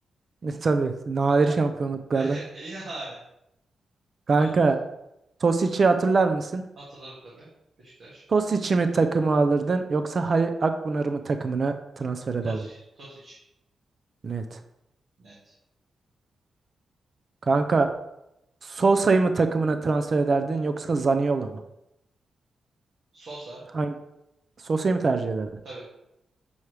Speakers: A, on the right; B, on the right.
A: <laughs> Tabii. Nadir
B: Ya.
A: şampiyonluklardan.
B: <laughs> Yani.
A: Kanka
B: Meyleş.
A: Tosic'i hatırlar mısın?
B: Hatırlarım tabii. Beşiktaş.
A: Tosic'i mi takımı alırdın yoksa Halil Akpınar'ı mı takımına transfer ederdin?
B: Tosic. Tosic.
A: Net.
B: Net.
A: Kanka Sosa'yı mı takımına transfer ederdin yoksa Zaniolo mu?
B: Sosa.
A: Hangi Sosa'yı mı tercih ederdin?
B: Tabii.